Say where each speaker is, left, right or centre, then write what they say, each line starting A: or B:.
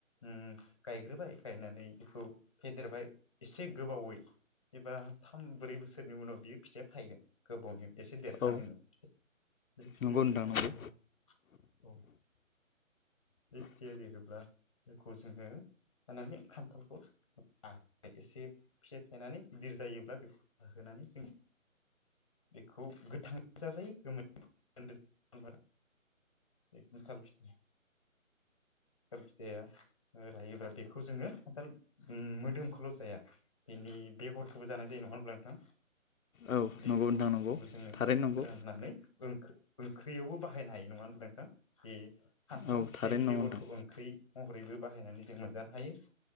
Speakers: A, on the left; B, on the left.
A: उम गायग्रोबाय गायनानै बेखौ फेदेरबायस, एसे गोबावै एबा थाम ब्रै बोसोरनि उनाव बियो फिथाइया थागोन, गोबावनि एसे देरखानायनि
B: औ
A: उनाव। बे फिथाया
B: नंगौ नोंथां
A: देरनायनि
B: नंगौ
A: उनाव औ। बे फिथाया देरोब्ला बेखौ जोङो खानानै खान्थालखौ- आ एसे फिथाइ थायनानै गिदिर जायोब्ला बेखौ खाहोनानै जों बेखौ गोथाङै जाजायो गोमोन बो खोन्दो आंहा बे खान्थाल फिथाइ खाल फिथाया रायोब्लाा बेखौ जोङो खान्थाल मोदोमखौल' जाया बेनि बेगरखौबो जानाय जायो नङा होमब्ला नोंथां
B: औ
A: बे
B: नंगौ
A: बेगरफोरखौबो
B: नोंथां नंगौ
A: जोङो
B: थारैनो नंगौ
A: फोराननानै ओंखो ओंख्रियावबो बाहायनो हायो नङा होनब्ला नोंथां बे खान्थाल
B: औ
A: फिथाइनि
B: थारैनो
A: बेगरखौ
B: नंगौ नोंथां
A: ओंख्रि महरैबो बाहायनानै जों मोनजानो हायो